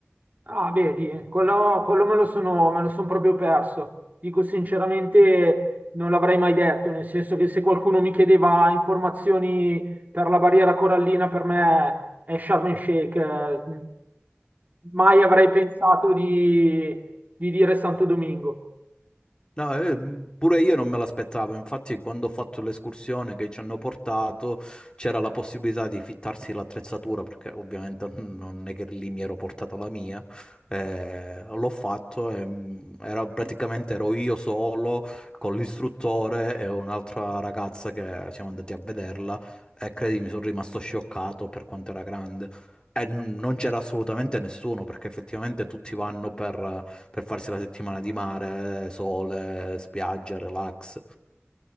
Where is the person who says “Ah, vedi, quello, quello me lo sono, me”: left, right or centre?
Right